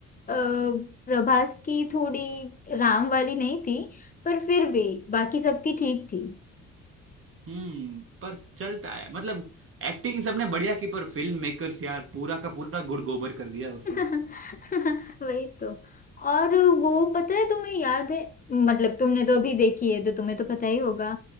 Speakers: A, on the left; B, on the right.
A: अ, प्रभास की थोड़ी राम वाली नहीं थी पर फिर भी बाकी सबकी ठीक थी
B: हम्म पर चलता है मतलब एक्टिंग सबने बढ़िया की पर फिल्म मेकर्स यार पूरा का पूरा गुड़ गोबर कर दिया उसने
A: <laughs> वही तो और वो पता है तुम्हें याद है मतलब तुमने तो अभी देखी है तो तुम्हें तो पता ही होगा